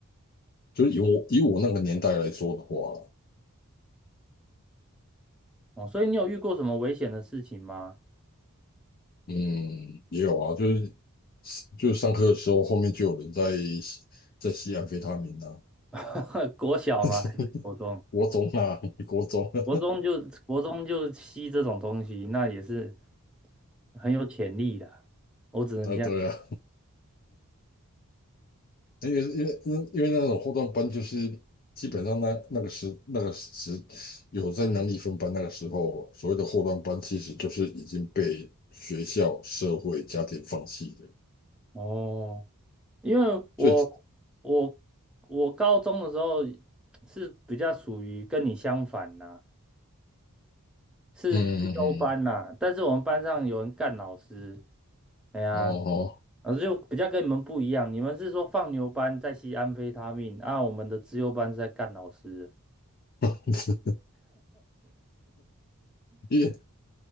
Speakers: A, on the left; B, in the centre.
A: 就是以我以我那个年代来说的话，
B: 哦，所以你有遇过什么危险的事情吗？
A: 嗯，也有啊，就是就是上课的时候后面就有人在吸在吸安非他命啊，
B: <laughs> 国小吗？
A: <laughs>
B: 还是国中？
A: 国中啊，国中啊，
B: 国中就国中就吸这种东西，那也是很有潜力的。我只能这样。
A: 啊对啊。因为因为因因为那种后段班就是基本上那那个时那个时有在能力分班那个时候，所谓的后段班其实就是已经被学校、社会、家庭放弃的。
B: 哦，因为我我我高中的时候
A: 所以，
B: 是比较属于跟你相反呐，是自修班呐。
A: 嗯嗯
B: 但是我们班上有人干老师，哎呀，
A: 嗯，哦，哦
B: 老师就比较跟你们不一样，你们是说放牛班在吸安非他命，啊，我们的自优班是在干老师的
A: <laughs> 因为